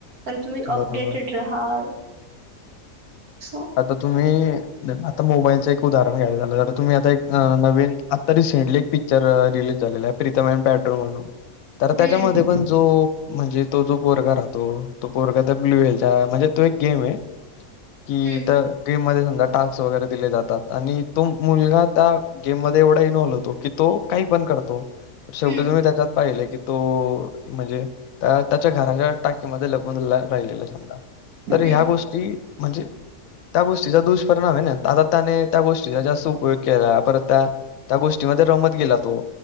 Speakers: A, on the right; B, on the left.
A: अरे तुम्ही अपडेटेड
B: बरोबर.
A: राहाल सो
B: आता तुम्ही आता मोबाईलचं एक उदाहरण घ्यायला झालं तुम्ही आता नवीन आता रिसेंटली एक पिक्चर रिलीज झालेलं आहे प्रीतम प पाॅड्रो म्हणून तर त्याच्यामध्ये
A: हम्म
B: पण जो म्हणजे तो जो पोरगा राहतो तो पोरगा त्या ब्लू वलचा म्हणजे तो एक गेम आहे कि
A: हम्म
B: तर गेम मध्ये समजा टास्क वगैरे दिले जातात आणि तो मुलगा त्या गेम मध्ये एवढा इनवॉल्व होतो की तो काही पण करतो शेवटी
A: हम्म
B: तुम्ही त्याच्यात पाहिलं की तो म्हणजे त्याच्या घराच्या टाकीमध्ये लगून राहिलेला समजा तर ह्या
A: हम्म
B: गोष्टी म्हणजे त्या गोष्टीचा दुष्परिणाम आहे ना आता त्याने त्या गोष्टीचा जास्त उपयोग केला परत त्या त्या गोष्टीमध्ये रमत गेला तो